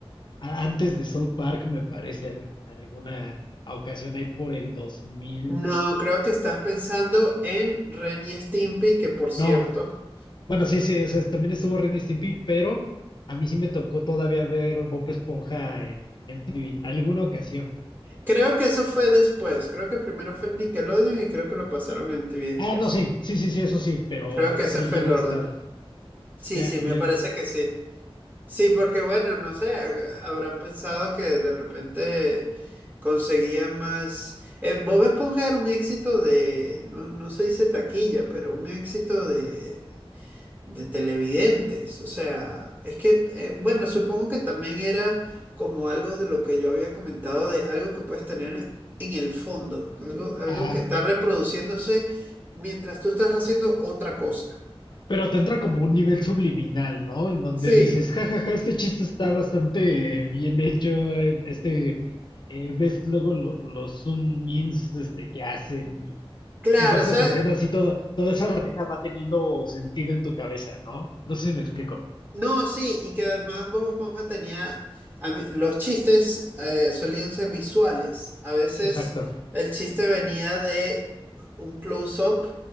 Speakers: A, on the left; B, on the right.
A: a- antes de South Park, me parece, en alguna ocasión ahí por el dos mil
B: No, creo que estás pensando en Ren y Stimpy, que por cierto,
A: No, bueno, sí, sí, o sea, también estuvo Ren y Stimpy, pero a mí sí me tocó todavía ver Bob Esponja en MTV, alguna ocasión.
B: creo que eso fue después. Creo que primero fue en Nickelodeon y creo que lo pasaron en MTV después.
A: Ah, no, sí, sí, sí, sí, eso sí, pero
B: Creo que ese
A: sí
B: fue
A: llegó
B: el orden.
A: a estar.
B: Sí,
A: Ya,
B: sí, me
A: ya,
B: parece que sí. Sí, porque bueno, no sé, ha- habrán pensado que de repente conseguían más. Eh, Bob Esponja era un éxito de, no, no se dice taquilla, pero un éxito de, de televidentes. O sea, es que, eh, bueno, supongo que también era como algo de lo que yo había comentado, de algo que puedes tener en el fondo, algo, algo
A: Ajá.
B: que está reproduciéndose mientras tú estás haciendo otra cosa.
A: Pero te entra como un nivel subliminal, ¿no? En donde
B: Sí,
A: dices, jajaja, este chiste está bastante bien hecho, eh, este, eh, ves luego lo- los zoom ins este, que hacen y,
B: claro,
A: y vas
B: ¿sabes?
A: asociando así toda, toda esa rareza va teniendo sentido en tu cabeza, ¿no? No sé si me explico.
B: No, sí, y que además Bob Esponja tenía, a mí- los chistes eh, solían ser visuales. A veces
A: Exacto.
B: el chiste venía de un close-up